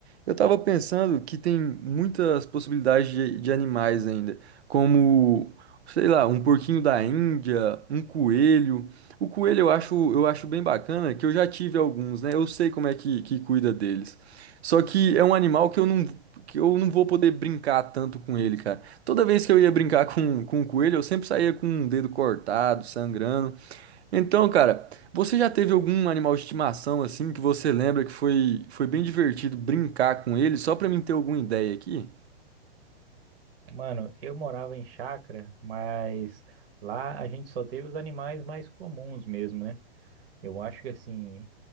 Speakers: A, on the right; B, on the right.
A: Eu tava pensando que tem muitas possibilidades de, de animais ainda, como, sei lá, um porquinho da Índia, um coelho. O coelho eu acho, eu acho bem bacana, que eu já tive alguns, né? Eu sei como é que, que cuida deles. Só que é um animal que eu não, que eu não vou poder brincar tanto com ele, cara. Toda vez que eu ia brincar com, com o coelho, eu sempre saía com um dedo cortado, sangrando. Então, cara, você já teve algum animal de estimação assim que você lembra que foi, foi bem divertido brincar com ele? Só pra mim ter alguma ideia aqui?
B: Mano, eu morava em chácara, mas lá a gente só teve os animais mais comuns mesmo, né? Eu acho que assim,